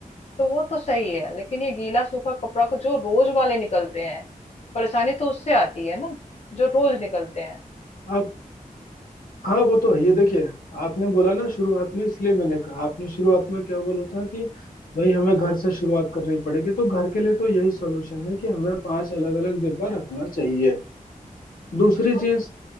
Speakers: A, on the left; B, on the left.
A: तो वो तो सही है लेकिन ये गीला सूखा कपड़ा को जो रोज वाले निकलते हैं परेशानी तो उससे आती है ना जो रोज निकलते हैं
B: आप हाँ वो तो है ये देखिए आपने बोला ना शुरुआत में इसलिए मैंने कहा आपने शुरुआत में क्या बोला था कि भाई हमें घर से शुरुआत करनी पड़ेगी तो घर के लिए तो यही सॉल्यूशन है कि हमें पांच अलग अलग डिब्बा रखना चाहिए दूसरी
A: अब-
B: चीज